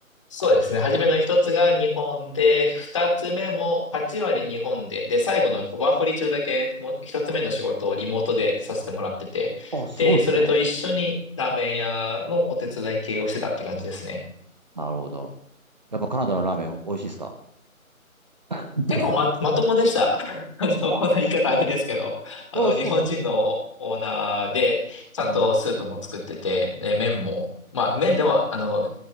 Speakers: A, on the left (about 20°); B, on the right (about 30°).
A: そうですね。初めの一つが日本で、二つ目も8割日本で、で、最後のワーホリ中だけ、もう一つ目の仕事をリモートでさせてもらってて、
B: あ、すごいですね。
A: で、それと一緒にラーメン屋のお手伝い系をしてたって感じですね。
B: なるほど。やっぱカナダのラーメン美味しいですか <laughs>
A: 結構ま、まともでした。<laughs> あの、
B: あ、
A: こんな言い方あれですけど、
B: そ
A: あの、
B: う。あ、そうなんですね。
A: 日本人のオーナーで、ちゃんとスープも作ってて、
B: うん。
A: で、麺も、
B: うん。
A: まあ、麺では、あの、